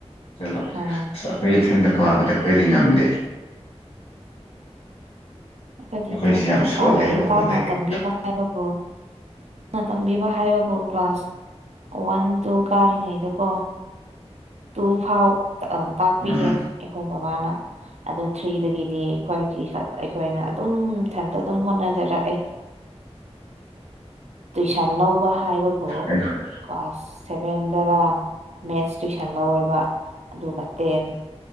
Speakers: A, on the left; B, on the right.
A: ꯆꯠꯂꯝꯕ
B: ꯑꯣ
A: ꯑꯁ ꯑꯩꯈꯣꯏ ꯏꯊꯟꯇ ꯄꯥꯕꯗ ꯑꯩꯈꯣꯏꯗꯤ ꯉꯝꯗꯦ
B: ꯑꯩꯈꯣꯏꯗꯤ
A: ꯑꯩꯈꯣꯏꯁꯤ
B: ꯏꯊꯟꯇ
A: ꯌꯥꯝ ꯁꯣꯜꯂꯦꯕꯀꯣ
B: ꯄꯥꯔꯛꯏ ꯄꯥꯛꯅ
A: ꯂꯥꯏꯔꯤꯛ
B: ꯇꯝꯕꯤꯕ ꯍꯥꯏꯕꯕꯨ ꯅ ꯇꯝꯕꯤꯕ ꯍꯥꯏꯕꯕꯨ ꯀ꯭ꯂꯥꯁ ꯋꯥꯟ ꯇꯨ ꯀꯥꯔꯤꯉꯩꯗꯀꯣ ꯇꯨ ꯐꯥꯎ ꯇꯥꯛꯄꯤꯌꯦ
A: ꯎꯝ
B: ꯑꯩꯈꯣꯏ ꯕꯕꯥꯅ ꯑꯗꯨ ꯊ꯭ꯔꯤꯗꯒꯤꯗꯤ ꯑꯩꯈꯣꯏꯒꯤ ꯑꯩꯈꯣꯏꯅ ꯑꯗꯨꯝ ꯏꯊꯟꯇ ꯑꯗꯨꯝ ꯍꯣꯠꯅꯖꯔꯛꯑꯦ <inaudible> ꯇꯨꯏꯁꯟ ꯂꯧꯕ ꯍꯥꯏꯕꯕꯨ
A: ꯑꯩꯈꯣꯏ
B: ꯀ꯭ꯂꯥꯁ ꯁꯚꯦꯟꯗꯔ ꯃꯦꯠꯁ ꯇꯨꯏꯁꯟ ꯂꯧꯋꯦꯕ ꯑꯗꯨꯒ ꯇꯦꯟ